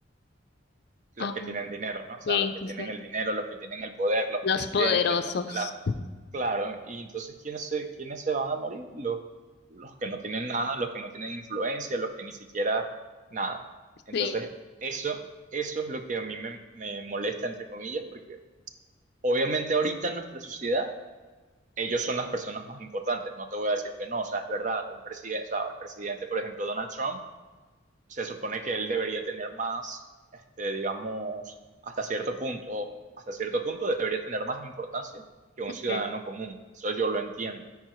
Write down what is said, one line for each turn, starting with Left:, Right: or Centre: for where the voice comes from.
Right: Los
Left: Ah,
Right: que tienen dinero, ¿no? O sea,
Left: sí,
Right: los que
Left: sí,
Right: tienen
Left: sí.
Right: el dinero, los que tienen el poder, los
Left: Los
Right: presidentes,
Left: poderosos.
Right: los, la- claro. Y entonces, ¿quiénes se, quiénes se van a morir? Los, los que no tienen nada, los que no tienen influencia, los que ni siquiera nada. Entonces,
Left: Sí.
Right: eso, eso es lo que a mí me, me molesta, entre comillas, porque obviamente ahorita en nuestra sociedad ellos son las personas más importantes, no te voy a decir que no, o sea, es verdad, un presidente, o sea, el presidente, por ejemplo, Donald Trump, se supone que él debería tener más, este, digamos, hasta cierto punto, ojo, hasta cierto punto debería tener más importancia que un
Left: Ujú.
Right: ciudadano común. Eso yo lo entiendo.